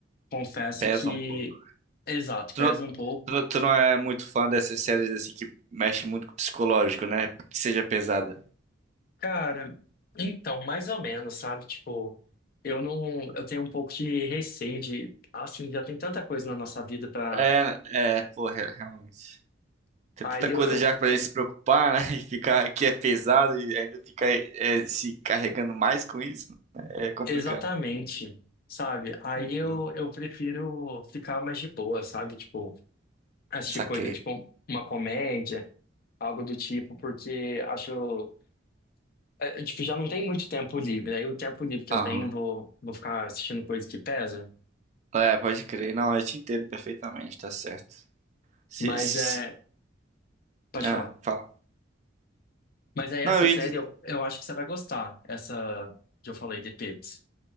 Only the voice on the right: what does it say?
Pesa
um pouco.
Tu
não,
tu não tu não é muito fã dessas séries assim que mexe muito com o psicológico, né? Que seja pesada.
É, é, porra, realmente. Tem
tanta coisa
já pra gente se preocupar, né? <laughs> E ficar que é pesado e ainda ficar é, se carregando mais com isso. né? É complicado.
Uhum.
Saquei.
Aham.
É, pode crer. Não, eu te entendo perfeitamente, tá certo. Se,
se,
se-
Ah,
fala.
Não, eu ia
dizer.